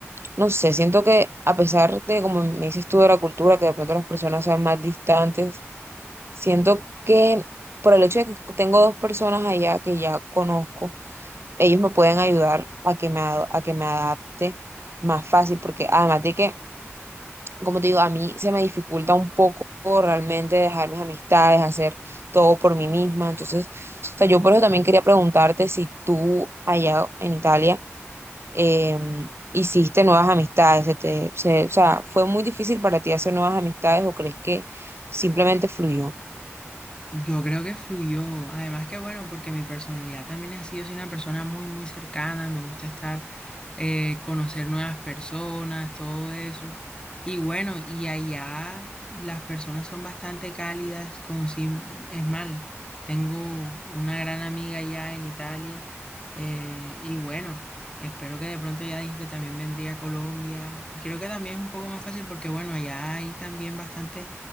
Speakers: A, on the right; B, on the left.
A: no sé, siento que a pesar de, como me dices tú, de la cultura, que de pronto las personas sean más distantes, siento que por el hecho de que tengo dos personas allá que ya conozco, ellos me pueden ayudar a que me, ad- a que me adapte más fácil, porque además de que, como te digo, a mí se me dificulta un poco realmente dejar mis amistades, hacer todo por mí misma. Entonces, o sea, yo por eso también quería preguntarte si tú allá en Italia em, hiciste nuevas amistades, se te- se- o sea, ¿fue muy difícil para ti hacer nuevas amistades o crees que simplemente fluyó?
B: Yo creo que fluyó, además que bueno, porque mi personalidad también ha sido, soy una persona muy, muy cercana, me gusta estar, eh, conocer nuevas personas, todo eso. Y bueno, y allá las personas son bastante cálidas, conocí, es mal, tengo una gran amiga allá en Italia, eh, y bueno, espero que de pronto ya dijo que también vendría a Colombia, y creo que también es un poco más fácil porque bueno, allá hay también bastante